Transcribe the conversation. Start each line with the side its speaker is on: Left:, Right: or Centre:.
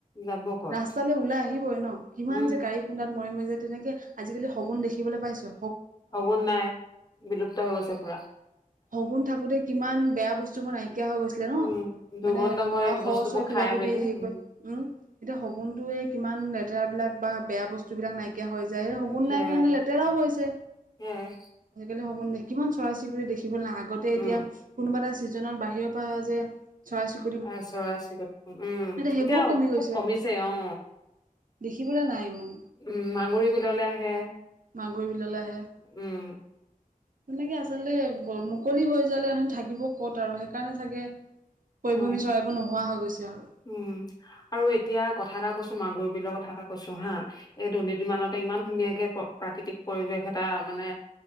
Left: যাব ক'ত
Right: ৰাস্তালে ওলাই আহিবই ন' কিমান
Left: উম
Right: যে গাড়ী খুন্দাত মৰি -মৰি যায় তেনেকে আজিকালি শগুন দেখিবলে পাইছোঁ।
Left: শগুন নাই বিলুপ্ত হৈ গৈছে পুৰা।
Right: শগুন থাকোতে কিমান বেয়া বস্তু বোৰ নাইকিয়া হৈ গৈছিলে ন'
Left: উম দুৰ্গন্ধময়
Right: মানে মৰা শ
Left: বস্তুবোৰ
Right: ওচৰত
Left: খাই মেলি
Right: কি
Left: উম,
Right: কয় উম এতিয়া শগুনতোয়ে কিমান লেতেৰা বিলাক বা বেয়া বস্তু বিলাক নাইকি কিয়া হৈ যায় সেই শগুন
Left: সেয়াই
Right: নাই কাৰণে লেতেৰাও হৈছে।
Left: সেয়াই
Right: আজিকালি <unintelligible> দে কিমান চৰাই চিৰিকটি দেখিবলে নাই আগতে
Left: উম
Right: এতিয়া কোনোবা এটা ছিজনত বাহিৰৰ পৰা যে চৰাই চিৰি
Left: আ, চৰাই চিৰিকটি উম,
Right: সেইবোৰো
Left: এতিয়া
Right: কমি গৈছে
Left: খুব কমিছে অ।
Right: দেখিবলৈ নাই ইমান
Left: উম, মাগুৰী বিললে আহে।
Right: মাগুৰী বিললে আহে।
Left: উম
Right: তেনেকে আচলতে মুকলি হৈ যালে থাকিব ক'ত আৰু সেইকাৰণে চাগে পৰিভ্ৰমি
Left: উম
Right: চৰাইবোৰ নোহোৱা হৈ গৈছে আৰু।
Left: উম, আৰু এতিয়া কথা এটা কৈছো মাগুৰ বিলৰ কথা এটা কৈছো হা এই দুৰ্নীতিৰ মানতে ইমান ধুনীয়াকে প্ৰাকৃতিক পৰিৱেশ এটা মানে